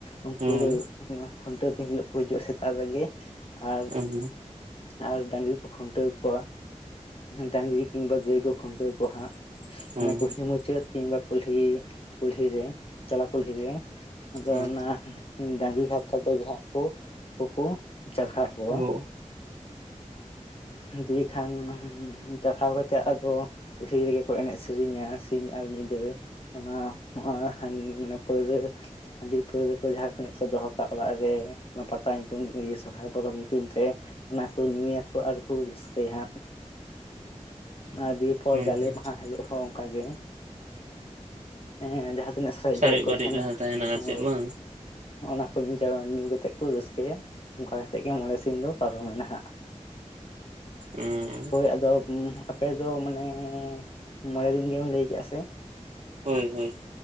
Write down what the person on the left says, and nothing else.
ᱩᱱᱠᱩ
ᱫᱚ ᱱᱚᱣᱟ ᱠᱷᱩᱱᱴᱟᱹᱣ ᱫᱤᱱ ᱦᱤᱞᱳᱜ ᱠᱚ ᱦᱤᱡᱩᱜ-ᱟ ᱥᱮᱛᱟᱜ ᱨᱮᱜᱮ, ᱟᱨ
ᱟᱨ ᱰᱟᱹᱟᱝᱨᱤ ᱠᱚ ᱠᱷᱩᱱᱴᱟᱹᱣ ᱠᱚᱣᱟ ᱰᱟᱹᱟᱝᱨᱤ ᱠᱤᱢᱵᱟ ᱜᱟᱹᱭ ᱠᱚ ᱠᱷᱩᱱᱴᱟᱹᱣ ᱠᱚᱣᱟ ᱦᱟᱸᱜ ᱾
ᱢᱟᱱᱮ ᱠᱩᱞᱦᱤ ᱢᱩᱪᱟᱹᱫ ᱠᱤᱢᱵᱟ ᱠᱩᱞᱦᱤ ᱠᱩᱞᱦᱤ ᱨᱮ ᱛᱟᱞᱟ ᱠᱩᱞᱦᱤ ᱨᱮ ᱾ ᱟᱫᱚ
ᱚᱱᱟ ᱰᱟᱹᱝᱨᱤ ᱦᱟᱨᱛᱟ ᱛᱮ ᱡᱟᱦᱟᱸᱠᱩ ᱩᱱᱠᱩᱠᱩ ᱪᱟᱨᱦᱟᱣ ᱠᱚᱣᱟ ᱾
ᱫᱤᱭᱮ ᱠᱷᱟᱱ ᱪᱟᱨᱦᱟᱣ ᱠᱟᱛᱮ ᱟᱫᱚ ᱠᱩᱞᱦᱤ ᱨᱮᱜᱮ ᱠᱚ ᱮᱱᱮᱡ ᱥᱮᱨᱮᱧᱟ ᱥᱤᱧ ᱟᱨ ᱧᱤᱫᱟᱹ ᱚᱱᱟ <unintelligible> ᱢᱟᱱᱮ ᱯᱟᱹᱣᱨᱟᱹ ᱦᱟᱹᱰᱤ ᱯᱟᱹᱣᱨᱟᱹ ᱠᱚ ᱡᱟᱦᱟᱸ ᱛᱤᱱᱟᱹᱜ ᱠᱚ ᱫᱚᱦᱚ ᱠᱟᱜᱼᱟ ᱚᱲᱟᱜ ᱨᱮ ᱚᱱᱟ ᱯᱟᱛᱟ ᱧᱩᱛᱩᱢ ᱤᱭᱟᱹ ᱥᱚᱨᱦᱟᱭ ᱯᱚᱨᱚᱵ ᱧᱩᱛᱩᱢ ᱛᱮ ᱚᱱᱟ ᱠᱩ ᱧᱩᱭᱟᱠᱚ ᱟᱨᱠᱚ ᱨᱟᱹᱥᱠᱟᱹᱭᱟ, ᱦᱟᱸᱜ, ᱚᱱᱟ ᱫᱤᱭᱮ ᱛᱟᱯᱚᱨ
ᱡᱟᱞᱮ
ᱢᱟᱦᱟ ᱦᱤᱞᱳᱜ ᱦᱚᱸ ᱚᱱᱠᱟ ᱜᱮ, ᱮ ᱡᱟᱦᱟᱸ ᱛᱤᱱᱟᱹᱜ ᱥᱟᱡ
ᱵᱟᱹᱲᱤᱡ ᱠᱚ
ᱛᱟᱦᱮᱸᱱᱟ
ᱦᱳᱭ,
ᱚᱱᱟᱠᱚ ᱧᱩ ᱠᱟᱛᱮᱫ ᱠᱚ ᱨᱟᱹᱥᱠᱟᱹᱭᱟ᱾ ᱚᱱᱠᱟ ᱠᱟᱛᱮᱜ ᱜᱮ, ᱢᱚᱬᱮ ᱥᱤᱧ ᱫᱚ ᱯᱟᱨᱚᱢᱱᱟ ᱦᱟᱜ,
ᱦᱳᱭ ᱟᱫᱚ, ᱟᱯᱮ ᱫᱚ ᱢᱟᱱᱮ ᱢᱚᱬᱮ ᱫᱤᱱ ᱜᱮᱢ ᱞᱟᱹᱭ ᱠᱮᱫᱼᱟ ᱥᱮ?